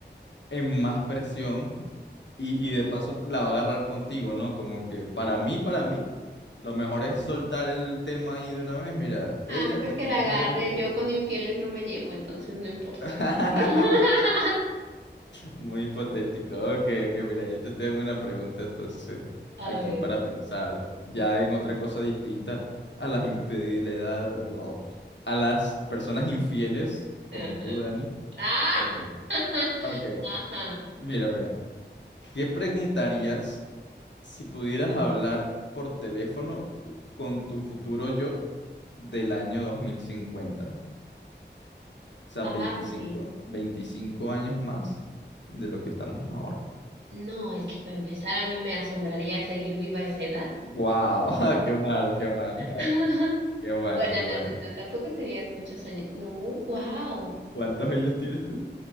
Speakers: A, on the left; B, on the right.
A: en más presión? Y, y de paso la va a agarrar contigo, ¿no? Como que para mí, para mí, lo mejor es soltar el tema ahí de una vez. Mira, ella
B: Ah, pues
A: te está
B: que
A: engañando.
B: la agarre.
A: porque-
B: Yo con infieles no me llevo, entonces no importa.
A: <laughs>
B: <laughs>
A: Muy hipotético. Ok, ok, mira, yo te tengo una pregunta entonces
B: A
A: aquí
B: ver.
A: para pensar ya en otra cosa distinta a las infidelidades, a las personas infieles como
B: Ajá.
A: tú, Dani.
B: Ah,
A: Ok,
B: <laughs>
A: ok.
B: ajá.
A: Mira, mira, ¿qué preguntarías? Si pudieras hablar por teléfono con tu futuro yo del año 2050, o sea,
B: Ay.
A: 25, 25 años más de lo que estamos ahora.
B: No, es que para empezar a mí me asombraría seguir viva a esa edad.
A: ¡Wow! <laughs> ¡Qué mal, qué mal! <laughs>
B: <laughs>
A: ¡Qué mal,
B: Bueno,
A: qué
B: no,
A: mal!
B: no, no, tampoco serían muchos años. No, wow.
A: ¿Cuántos años tienes tú?